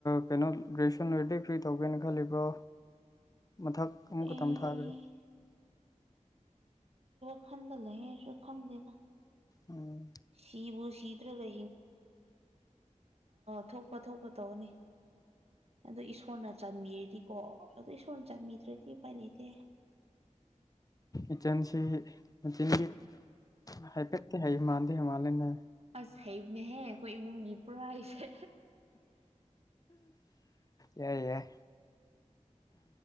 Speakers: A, on the left (about 30°); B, on the right (about 55°).
A: ꯀꯩꯅꯣ ꯒ꯭ꯔꯦꯁꯟ ꯔꯗꯤ ꯐ꯭ꯔꯤ ꯇꯧꯒꯦꯅ ꯈꯜꯂꯤꯕ꯭ꯔꯣ ꯃꯊꯛ ꯑꯃꯨꯛꯈ
B: ꯑꯦ
A: ꯇꯝꯊꯥꯕꯤꯨ
B: ꯈꯟꯗ ꯂꯩꯦꯁꯨ ꯈꯪꯗꯦꯗ
A: ꯎꯝ
B: ꯁꯤꯕꯨ ꯁꯤꯗ꯭ꯔꯒ ꯠ ꯊꯣꯛꯄ ꯊꯣꯛꯄ ꯇꯧꯒꯅꯤ ꯑꯣ ꯏꯁꯣꯔꯅ ꯆꯟꯃꯤꯔꯗꯤꯀꯣ ꯑꯗꯨ ꯏꯁꯣꯔꯅ ꯆꯟꯃꯤꯗ꯭ꯔꯗꯤ ꯎꯄꯥꯏ ꯂꯩꯇꯦ <inaudible>
A: ꯏꯆꯟꯁꯤ ꯃꯆꯤꯟꯒꯤ ꯍꯥꯏꯐꯦꯠꯇꯦ ꯍꯥꯏ ꯃꯥꯟꯗꯦ ꯃꯥꯜꯂꯦꯅꯦ
B: ꯑꯁ ꯍꯩꯕꯅꯦꯍꯦ ꯑꯩꯈꯣꯏ ꯏꯃꯨꯡꯒꯤ ꯄꯨꯔꯥ ꯍꯥꯏꯁꯦ
A: ꯌꯥꯏ ꯌꯥꯏ